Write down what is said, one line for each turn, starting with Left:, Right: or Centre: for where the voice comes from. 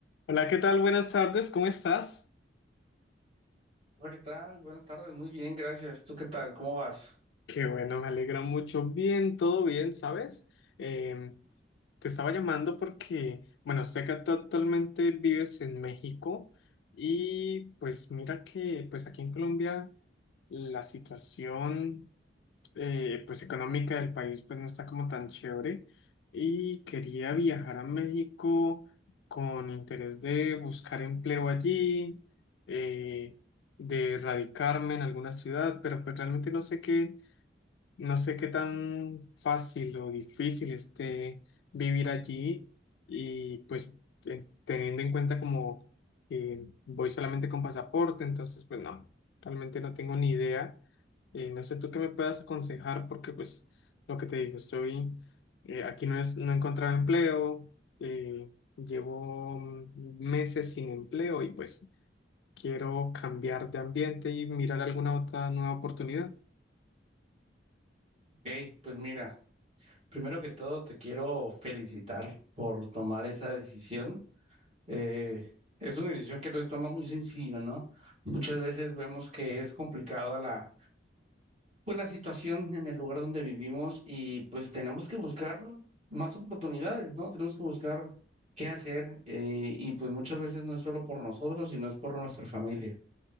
Left: Hola, ¿qué tal? Buenas tardes, ¿cómo estás?
Right: Hola, ¿qué tal? Buenas tardes, muy bien, gracias. ¿Tú qué tal? ¿Cómo vas?
Left: Qué bueno, me alegra mucho. Bien, todo bien, ¿sabes? Em, te estaba llamando porque, bueno, sé que tú actualmente vives en México y pues mira que pues aquí en Colombia la situación eh, pues económica del país pues no está como tan chévere y quería viajar a México con interés de buscar empleo allí, eh, de radicarme en alguna ciudad, pero pues realmente no sé qué, no sé qué tan fácil o difícil esté vivir allí y pues eh, teniendo en cuenta como que voy solamente con pasaporte, entonces pues no, realmente no tengo ni idea. Eh, no sé tú qué me puedas aconsejar porque pues lo que te digo, estoy eh, aquí no es, no he encontrado empleo, eh, llevo mm, meses sin empleo y pues quiero cambiar de ambiente y mirar alguna otra nueva oportunidad.
Right: Ok, pues mira, primero que todo te quiero felicitar por tomar esa decisión. Eh, es una decisión que no se toma muy sencillo, ¿no? Muchas veces vemos que es complicado la, pues la situación en el lugar donde vivimos y pues tenemos que buscar más oportunidades, ¿no? Tenemos que buscar qué hacer eh, y pues muchas veces no es solo por nosotros, sino es por nuestra familia.